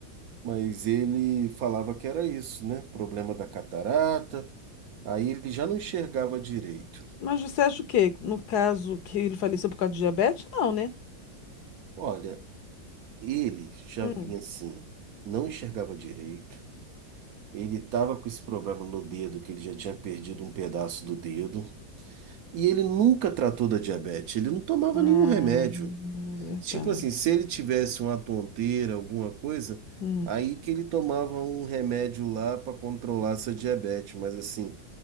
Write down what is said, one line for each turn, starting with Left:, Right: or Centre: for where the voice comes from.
Right: mas ele falava que era isso, né? Problema da catarata. Aí ele já não enxergava direito.
Left: Mas você acha o quê? No caso que ele faleceu por causa de diabetes? Não, né?
Right: Olha, Ele já
Left: Hum.
Right: vinha assim, não enxergava direito. Ele estava com esse problema no dedo, que ele já tinha perdido um pedaço do dedo. E ele nunca tratou da diabetes, ele não tomava
Left: Ah,
Right: nenhum remédio.
Left: verdade.
Right: Tipo assim, se ele tivesse uma tonteira, alguma coisa,
Left: Hum.
Right: aí que ele tomava um remédio lá para controlar essa diabetes. Mas assim,